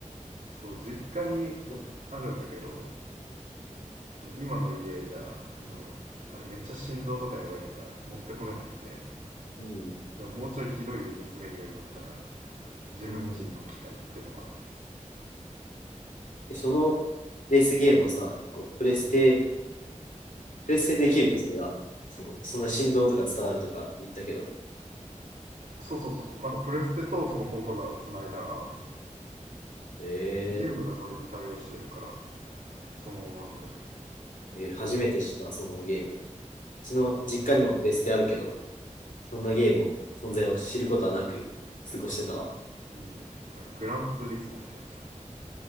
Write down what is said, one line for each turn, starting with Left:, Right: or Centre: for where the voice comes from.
Right: そう、実家に
Left: うん、
Right: あるんだけど、今の家じゃ、あの、あれめっちゃ振動とかやばいから持ってこれなくて、
Left: うん、
Right: もうちょい広い家に住めるようになったら自分家に置きたいっていうのは、
Left: うん。えそのレースゲームはさ、こう、プレステ、
Right: うん、
Left: プレステでできると、それが。その、そんな振動とか伝わるとか言ったけど。
Right: そうそうそうそうなんかプレステとそのコントローラーをつないだら
Left: ええ
Right: ゲームがそれに対応してるからそのままそれ、
Left: えー初めて知った、そのゲーム。ちの実家にもベステあるけど、
Right: うん
Left: そんなゲームを、存在を知ることはなく過ごしてたわ。
Right: うん、グランツーリスモってやつ、